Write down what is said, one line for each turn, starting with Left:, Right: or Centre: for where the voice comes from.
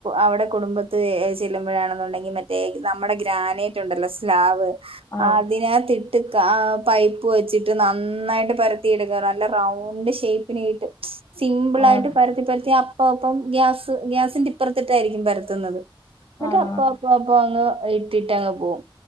Right: അവിടെ കുടുംബത്ത് ചെല്ലുമ്പോഴാണെന്നുണ്ടെങ്കിൽ മറ്റ് തെക്ക് നമ്മുടെ ഗ്രാനേറ്റ് ഉണ്ടല്ലോ സ്ലാവ്
Left: ആഹ്
Right: അതിനകത്ത് ഇട്ട് ട്ട് ആ പൈപ്പ് വെച്ചിട്ട് നന്നായിട്ട് പരത്തി എടുക്കാറ് നല്ല റൗണ്ട് ഷേയ്പ്പിന് കിട്ടും സിംമ്പിളായിട്ട്
Left: ആഹ്
Right: <unintelligible> അത്തിപ്പറ്റിഅപ്പപ്പം ഗ്യാസ്ഗ്യാസിന്റെ ഇപ്പറ്ത്തിട്ടായിരിക്കും പരത്തുന്നത് എന്നിട്ട്അപ്പം
Left: ആഹ്
Right: അപ്പൊ അപ്പൊ അങ്ങ് ഇട്ടിട്ട് അങ്ങ്പോകും.